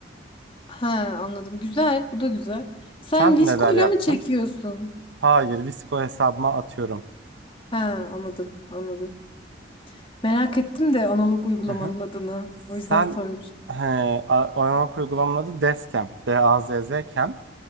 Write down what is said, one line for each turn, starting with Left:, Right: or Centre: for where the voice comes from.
Left: Ha anladım. Güzel. Bu da güzel. Sen
Right: Sen
Left: Visco'yla
Right: neler yaptın?
Left: mı çekiyorsun?
Right: Hayır, Visco hesabıma atıyorum.
Left: Ha anladım. Anladım. Merak ettim de analog uygulamanın
Right: Hı hı.
Left: adını. O yüzden
Right: Sen
Left: sormuştum.
Right: he, a- oyanak uygulamanın adı Deskem. D-A-Z-Z-Kem.